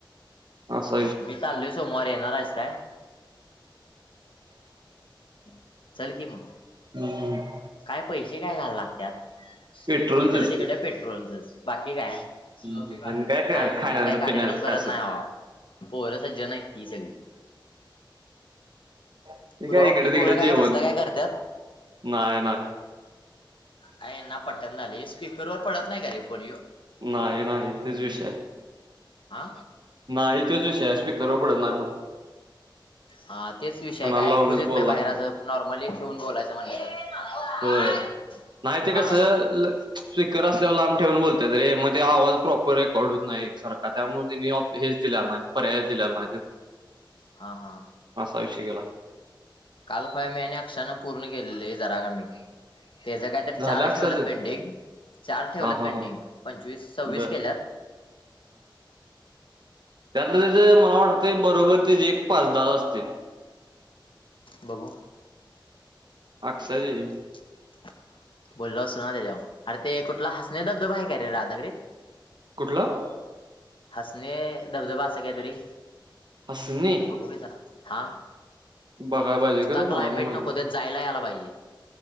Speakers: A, on the right; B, on the left.
A: आस
B: मी चाललोय सोमवारी येणार आहेस का? <inaudible> चल कि मग,
A: हम्म.
B: काय पैसे काय येणार लागत्यात
A: पेट्रोलचंच
B: ''इकड तिकड
A: की
B: पेट्रोलचच'' बाकी काय काय
A: हम्म. आणि
B: मी
A: खाण्याचं
B: काय कार्यक्रम
A: पिण्याचं
B: करत
A: काय असेल
B: नाही भावा, पोरं सज्जन आहेत ही सगळी
A: ते काय
B: ''ब्रो
A: इकडे
B: आपली
A: तिकडे
B: पोरं काय
A: जेवण
B: तसंल काय करत्यात''?
A: <unintelligible>
B: काय हे ना पटेना झालेय स्पीकर वर पडत नाही का रे पोरिहो हो?
A: नाही नाही तोच विषय आहे.
B: हा
A: नाही तोच विषय आहे स्पीकर वर पडत नाही फोन.
B: 'हा तेच विषय
A: कानाला
B: आहं काय
A: लावूनच
B: ऐकूच येत
A: बोलाय
B: नाही', बाहेर
A: लागतंय
B: नॉर्मली ठेवून बोलायच म्हणलं तर
A: होय. नाही ते
B: हा
A: कसं ल ''स्पीकर असल्यावर लांब ठेवून बोलत्यात रे'', मग ते आवाज प्रॉपर रेकॉर्ड होत नाही एक सारखा, त्यामुळे त्यानी हेच दिलेला नाही, पर्यायच दिलाला नाही तो
B: हा हा
A: असा विषय केलाय.
B: काल, पाय म्या आणि आक्षानं पूर्ण केलेलं जरा कमी हेज काय तर, चारच
A: झालं अक्षाचं?
B: ठेवल्यात पेंडिंग चार ठेवल्यात
A: हा हा
B: पेंडिंग,
A: हा
B: पंचवीस सव्वीस
A: बर
B: केल्यात.
A: त्यातल तेझ मला वाटतंय, बरोबर तेची पाच दाह असतील.
B: बघू
A: अक्षाचे
B: <unintelligible> ''बोललो असतो ना त्याच्यावर'' अरे ते कुठला हसणे धबधबा आहे का रे, राधानगरीत?
A: कुठलं?
B: हसणे 'धबधबा असं काहीतरी',
A: हसणे
B: ''होय दादा'' हा
A: बघाय पाहिजे
B: नुसता
A: खरं मला
B: क्लायमेट
A: पण माहित
B: नको,
A: नाही
B: त्यात जायला आला पाहिजे.